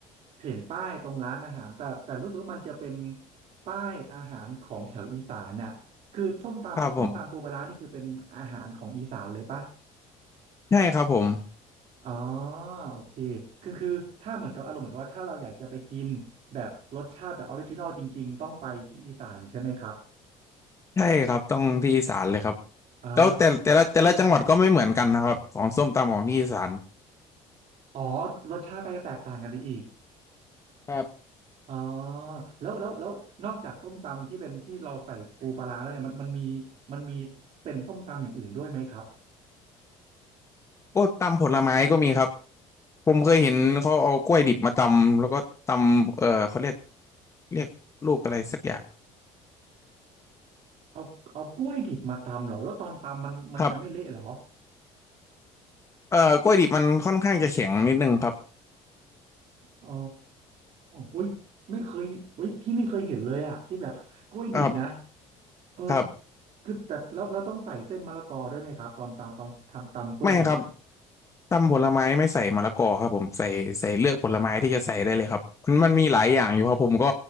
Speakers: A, on the right; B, on the left.
A: เห็นป้ายตรงร้านอาหารแต่แต่รู้สึกว่ามันจะเป็นป้ายอาหารของแถวอีสานน่ะคือส้มตำส้มตำปูปลาร้านี่คือเป็นอาหารของอีสานเลยปะ
B: ครับผมใช่ครับผม
A: อ๋อโอเคคือคือถ้าเหมือนกับอารมณ์เหมือนกับว่าถ้าเราอยากจะไปกินแบบรสชาติแบบออริจินอลจริงๆต้องไปที่อีสานใช่ไหมครับ
B: ใช่ครับต้องที่อีสานเลยครับ
A: อ๋อ
B: แล้วแต่แต่ละแต่ละจังหวัดก็ไม่เหมือนกันนะครับของส้มตำของที่อีสาน
A: อ๋อรสชาติก็จะแตกต่างกันไปอีก
B: ครับ
A: อ๋อแล้วแล้วแล้วนอกจากส้มตำที่เป็นที่เราใส่ปูปลาร้าแล้วเนี่ยมันมันมีมันมีเป็นส้มตำอย่างอื่นด้วยไหมครับ
B: ก็ตำผลไม้ก็มีครับ ผมเคยเห็นเขาเอากล้วยดิบมาตำแล้วก็ตำเออเขาเรียกเรียกลูกอะไรสักอย่าง
A: เอาเอากล้วยดิบมาตำเหรอแล้วตอนตำมันมันจะไม่เละเหรอ
B: ครับเออกล้วยดิบมันค่อนข้างจะแข็งนิดนึงครับ
A: อ๋ออุ้ยไม่เคยอุ้ยพี่ไม่เคยเห็นเลยอะที่แบบ <laughs> กล้วยดิบนะ
B: ครับ
A: เออ
B: ครับ
A: คือแต่แล้วแล้วต้องใส่เส้นมะละกอด้วยไหมครับตอนตำตอนทำตำกล้วยดิบอ่ะ
B: ไม่ครับตำผลไม้ไม่ใส่มะละกอครับผมใส่ใส่เลือกผลไม้ที่จะใส่ได้เลยครับมันมันมีหลายอย่างอยู่ครับผมก็